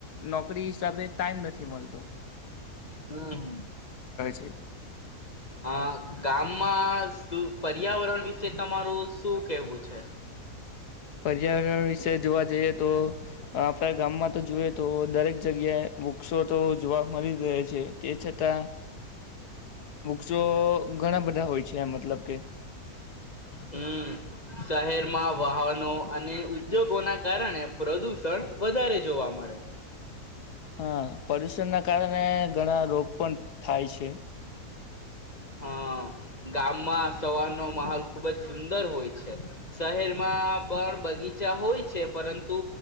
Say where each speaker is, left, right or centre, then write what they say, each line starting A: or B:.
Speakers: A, on the left; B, on the left.
A: નોકરી હિસાબે ટાઈમ નથી મલતો.
B: હમ્મ
A: છે
B: અ ગામમાં તું પર્યાવરણ વિશે તમારું શું કહેવું છે?
A: પર્યાવરણ વિશે જોવા જઈએ તો આપણા ગામમાં તો જોઈએ તો દરેક જગ્યાએ વૃક્ષો તો જોવા મળી જ રહે છે તે છતાં વૃક્ષો ઘણા બધા હોય છે મતલબ કે
B: હમ્મ, શહેરમાં વાહનો અને ઉદ્યોગોના કારણે પ્રદુષણ વધારે જોવા મળે.
A: હા, પ્રદુષણના કારણે ઘણા રોગ પણ થાય છે.
B: હા, ગામમાં સવારનો માહોલ ખૂબ જ સુંદર હોય છે. શહેરમાં પણ બગીચા હોય છે પરંતુ